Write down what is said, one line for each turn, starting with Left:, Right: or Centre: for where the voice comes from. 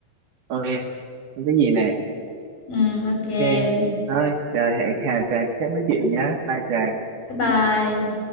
Right: ok không có gì nè
Left: Ừm, ok
Right: ok
Left: bye
Right: thôi rồi hẹn Hà trà chắc nói chuyện nhá bye trà
Left: bye